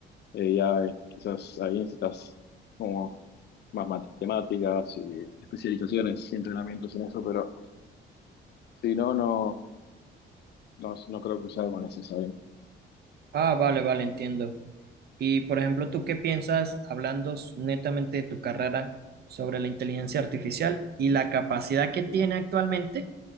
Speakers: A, on the left (about 55°); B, on the right (about 55°).
A: AI, quizás ahí necesitas como más matemáticas y especializaciones y entrenamientos en eso, pero si no, no, no, no creo que sea algo necesario.
B: Ah, vale, vale, entiendo. Y por ejemplo, ¿tú qué piensas, hablando s- netamente de tu carrera, sobre la inteligencia artificial y la capacidad que tiene actualmente